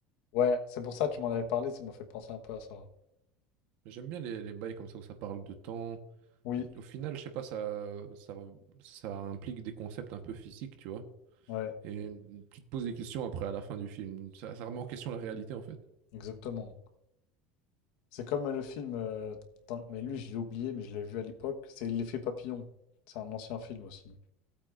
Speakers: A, on the left (about 60°); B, on the right (about 50°).
A: Ouais, c'est pour ça que tu m'en avais parlé, ça m'a fait penser un peu à ça.
B: Mais j'aime bien les, les bails comme ça où ça parle de temps.
A: Oui,
B: Et au final, je sais pas, ça, ça, ça implique des concepts un peu physiques, tu vois.
A: ouais,
B: Et tu te poses des questions après à la fin du film. Ça, ça remet en question la réalité, en fait.
A: exactement. C'est comme euh, le film, euh, tant- mais lui, j'ai oublié, mais je l'ai vu à l'époque. C'est L'effet papillon. C'est un ancien film aussi.